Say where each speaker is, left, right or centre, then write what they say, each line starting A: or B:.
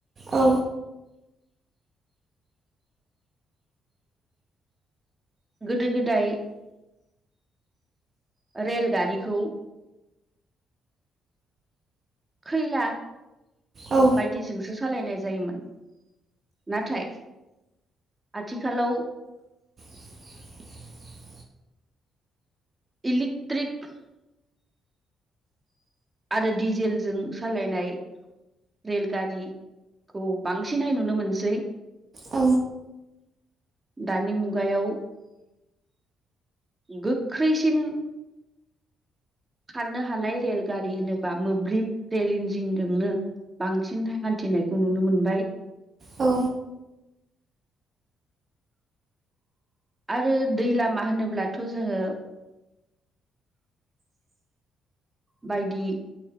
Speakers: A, on the right (about 45°); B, on the right (about 25°).
A: औ
B: गोदो गोदाय रेलगारिखौ खैला
A: औ
B: बायदिजोंसो सालायनाय जायोमोन नाथाय आथिखालाव
A: ?
B: इलिकक्ट्रिक! आरो दिडिजेलजों सालायनाय! रेलगारिखौ बांसिनहाय नुनो मोनसै!
A: औ
B: दानि मुगायाव! गोख्रैसिन! खारनो हानाय रेलगारि होनोबा मोब्लिब रेल इन्जिनजोंनो! बांसिन हान्थिनायखौ नुनो मोनबाय!
A: औ
B: आरो दै लामा होनोब्लाथ' जोङो! बायदि!